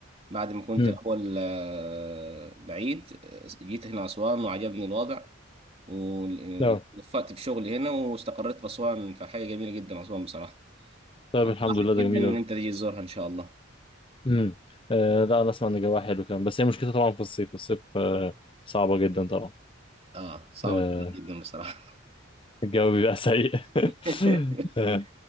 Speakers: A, on the right; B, on the left.
A: بعد ما كنت
B: مم.
A: الاول آه، بعيد آه، جيت هنا اسوان وعجبني الوضع و-
B: لا
A: ووفقت في شغلي هنا واستقريت في اسوان فحاجه جميله جدا اسوان بصراحه
B: طيب
A: انصحك
B: الحمد لله
A: جدا
B: ده جميل
A: ان
B: أوي.
A: انت تيجي تزورها ان شاء الله
B: امم آه لا انا اسمع ان الجو حلو كمان بس هي مشكلتها طبعا في الصيف الصيف آه صعبة جدا طبعا
A: اه صعبه
B: آه
A: جدا جدا بصراحه
B: الجو بيبقى سيء <laughs>
A: <laughs>
B: آه